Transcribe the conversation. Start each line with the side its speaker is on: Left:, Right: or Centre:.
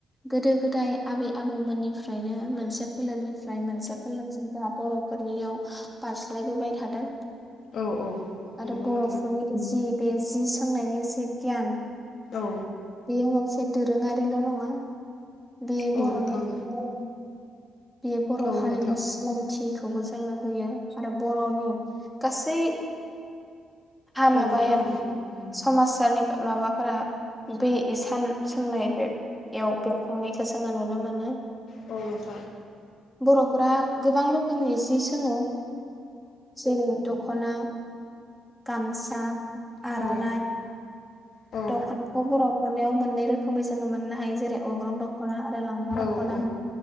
Centre: गोदो गोदाय आबै आबौमोननिफ्रायनो मोनसे फोलेरनिफ्राय मोनसे फोलेरसिम जोंहा बर'फोरनियाव बारस्लायबोबाय थादों
Left: औ
Centre: आरो
Left: नंगौ
Centre: बर'फोरनि
Left: नोंथां
Centre: जि बे जि सोंनायनि जि गियान
Left: औ
Centre: बेयो मोनसे दोरोङारिल' नङा बेयो
Left: औ
Centre: बर'नि
Left: नोंथां
Centre: <unintelligible> बेयो बर'
Left: औ
Centre: हारिनि
Left: नोंथां
Centre: सिनायथिखौबो जो जोंनो होयो आरो बर'नि गासै। आ
Left: औ
Centre: माबाया
Left: नोंथां औ नोंथां
Centre: सम आसारनि। माबाफोरा बै इसान सोंनाय बे <unintelligible> <unintelligible> जोंङो नुनो मोनो।
Left: औ नोंथां।
Centre: बर'फोरा गोबां रोखोमनि जि सोङो। जेरै दख खना। गामसा आरनाइ।
Left: औ औ औ
Centre: दखना फोराव। हनायाव मोननै रोखोमै जोंङो मोननो हायो जेरै अग्रं दखना लांगा
Left: औ
Centre: दखना
Left: औ